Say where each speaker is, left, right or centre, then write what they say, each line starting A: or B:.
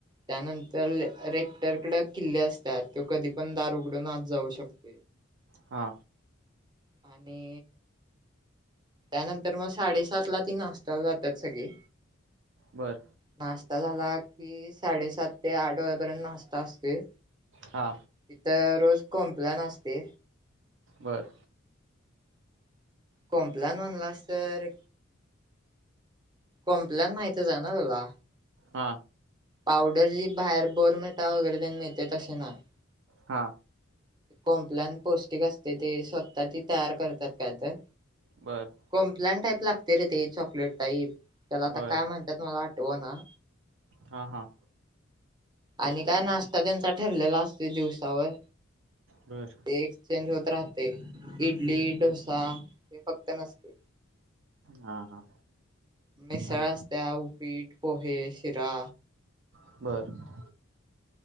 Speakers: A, on the right; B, on the right.
A: त्यानंतर रेक्टरकड किल्ले असतात तो कधी पण दार उघडून आत जाऊ शकतो.
B: हा
A: आणि त्यानंतर मग साडेसात ला ती नाशता जातात सगळे.
B: बरं
A: नाश्ता झाला कि, साडेसात ते आठ वेयापर्यंत नाश्ता असते.
B: हां
A: तिथं रोज कॉम्पलान असते.
B: बर
A: कॉम्पलान म्हणलास तर, कॉम्पलान माहितीच आहे ना तुला,
B: हा
A: पावडर जी बाहेर बोर्नव्हिटा वगैरे मिळते तसे नाही.
B: हा
A: कॉम्पलान पौष्टिक असते ते स्वतः ती तयार करतात काय तर.
B: बरं
A: कॉम्पलान टाईप लागते रे ते चॉकलेट टाईप त्याला आता
B: बर
A: काय म्हणतात मला आठव ना.
B: हा हा
A: आणि काय नाश्ता त्यांचा ठरलेला असते दिवसावर
B: बर
A: एक चेंज होत राहते इडली डोसा हे फक्त नसते.
B: हा हा
A: मिसळ
B: आणि
A: असत्या उपीट पोहे शिरा
B: बरं <unintelligible>